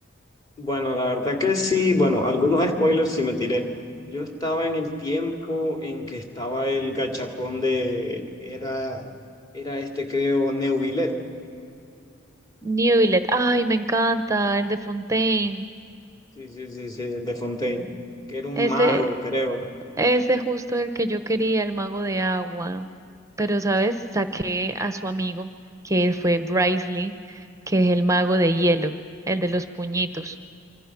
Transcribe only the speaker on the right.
Newvillet, ay, me encanta, el de Fontaine.
Ese,
ese justo el que yo quería, el mago de agua. Pero, ¿sabes? Saqué a su amigo, que fue Bricely, que es el mago de hielo, el de los puñitos.